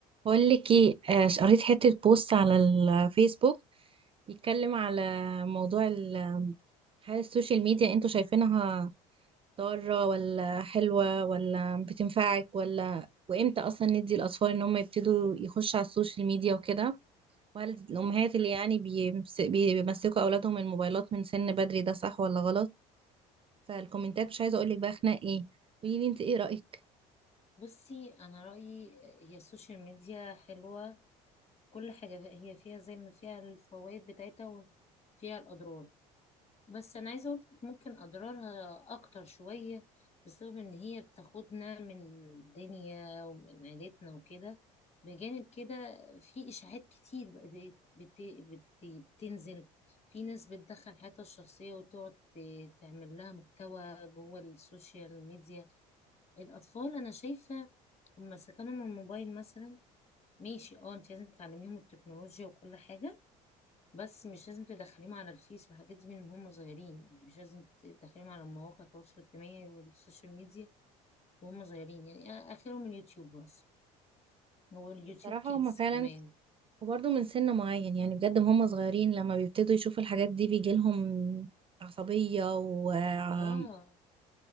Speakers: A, on the right; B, on the left.
A: بقول لك ايه آه، قريت حتة بوست على الفيسبوك بيتكلم على موضوع ال- هل السوشيال ميديا انتوا شايفينها ضارة ولا حلوة ولا بتنفعك ولا وامتى اصلا ندي الاطفال ان هم يبتدوا يخشوا على السوشيال ميديا وكده وهل الامهات اللي يعني بيمس- بيمسكوا اولادهم الموبايلات من سن بدري ده صح ولا غلط فالكومنتات مش عايزة اقول لك بقى خناق ايه قولي لي انت ايه رأيك
B: بصي انا رايي هي السوشيال ميديا حلوه كل حاجه هي فيها زي ما فيها الفوائد بتاعتها وفيها الاضرار بس انا عايزه اقول لك ممكن اضرارها اكتر شويه بسبب ان هي بتاخدنا من الدنيا ومن عيلتنا وكده بجانب كده في اشاعات كتير بقت بت... بت... بتنزل في ناس بتدخل حياتها الشخصيه وتقعد ت- تعمل لها محتوى جوه السوشيال ميديا الأطفال أنا شايفة لما سكنهم الموبايل مثلا ماشي اه انت لازم تعلميهم التكنولوجيا وكل حاجة بس مش لازم تدخليهم على الفيس والحاجات دي من هم صغيرين يعني مش لازم تدخليهم على مواقع التواصل الاجتماعي والسوشيال ميديا وهم صغيرين يعني أنا آخرهم اليوتيوب بس هو اليوتيوب
A: بصراحة
B: كيدز
A: هما فعلا
B: كمان
A: وبرضه من سن معين يعني بجد هم صغيرين لما بيبتدوا يشوفوا الحاجات دي بيجيلهم عصبية وحركة
B: اه